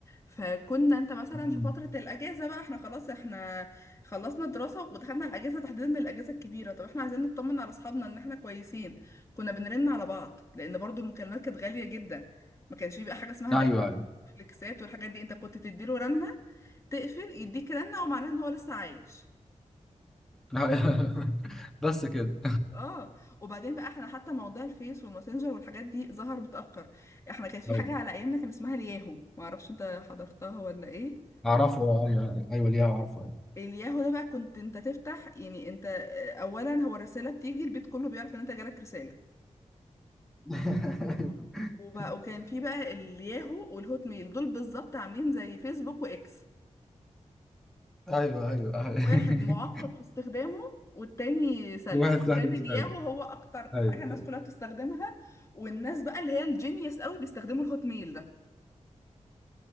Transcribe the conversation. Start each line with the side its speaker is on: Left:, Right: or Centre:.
Left: فكنا انت مثلا
Centre: <laughs>
Left: في
Centre: مم.
Left: فترة الاجازة بقى احنا خلاص احنا خلصنا دراسة ودخلنا الاجازة تحديدا الاجازة الكبيرة طب احنا عايزين نطمن على اصحابنا ان احنا كويسين كنا بنرن على بعض لان برضو المكالمات كانت غالية جدا ما كانش بيبقى حاجة اسمها
Centre: ايوه
Left: دقائق فليكسات والحاجات دي انت كنت تديله رنة تقفل يديك رنة ومعناها ان هو لسه عايش
Centre: ايوه <laughs> بس كده
Left: اه وبعدين بقى احنا حتى موضوع الفيس والماسنجر والحاجات دي ظهر متأخر احنا كانت في
Centre: ايوه
Left: حاجة على ايامنا كان اسمها الياهو معرفش انت حضرتها ولا ايه
Centre: اعرفه ايوه ايوه ليه اعرفه ايوه
Left: الياهو ده بقى كنت انت تفتح يعني انت آه، اولا هو الرسالة بتيجي البيت كله بيعرف ان انت جالك رسالة
Centre: <laughs>
Left: وبقى وكان في بقى الياهو والهوت ميل دول بالظبط عاملين زي فيسبوك واكس
Centre: ايوه ايوه أيوة.
Left: واحد معقد في استخدامه والتاني سلس
Centre: <laughs> واحد سهل
Left: كان
Centre: يستوعب
Left: الياهو هو اكتر
Centre: ايوه
Left: حاجة الناس كلها بتستخدمها والناس بقى اللي هي الجينيوس قوي بيستخدموا الهوت ميل ده